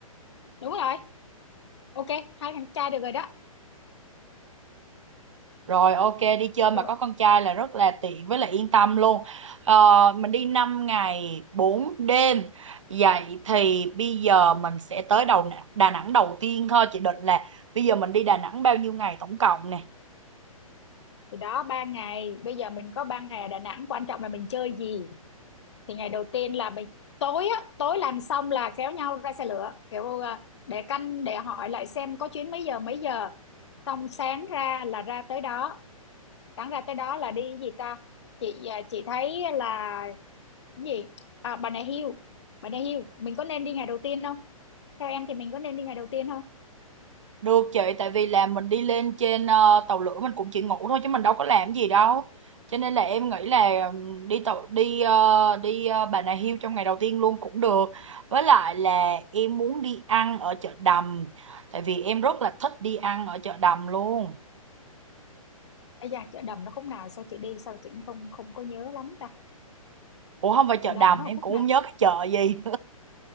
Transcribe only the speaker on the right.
Rồi ok đi chơi mà
có con trai là rất là tiện với lại yên tâm luôn. Ờ, mình đi 5 ngày 4 đêm. Vậy thì bây giờ mình sẽ tới đầu Đà Nẵng đầu tiên thôi. Chị định là bây giờ mình đi Đà Nẵng bao nhiêu ngày tổng cộng nè?
Được chị, tại vì là mình đi lên trên ờ, tàu lửa mình cũng chỉ ngủ thôi chứ mình đâu có làm gì đâu. Cho nên là em nghĩ là ừm, đi tàu đi ờ, đi ờ, Bà Nà Hills trong ngày đầu tiên luôn cũng được. Với lại là em muốn đi ăn ở chợ Đầm, tại vì em rất là thích đi ăn ở chợ Đầm luôn.
Ủa không phải chợ
Đầm,
em
cũng
không nhớ cái chợ gì.